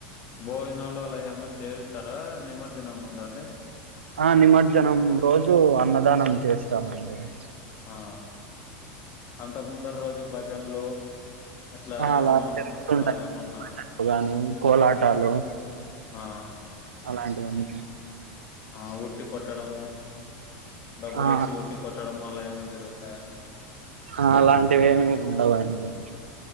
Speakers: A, on the left (about 40°); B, on the right (about 80°).
A: <inaudible> భోజనాలు అలా ఏమన్నా చేవిస్త ఇస్తారా నిమర్జనం ముందు ఆ అండి
B: ఆ నిమజ్జనం రోజూ అన్నదానం చేస్తామండి అలాగే
A: ఆ అంతకు ముందర రోజు భజన్ లో అట్లా
B: ఆ
A: ఏమన్నా
B: అలా జరుగుతుంటాయి
A: ఏమన్నా
B: గాని కోలాటాలు
A: ఆ
B: అలాంటివన్నీ
A: ఆ ఉట్టి కొట్టడము డబ్బులు
B: ఆ
A: వేసి ఉట్టి కొట్టడము అలా ఏమన్నా జరుగుతాయండి
B: ఆ అలాంటివేమి ఉండవండి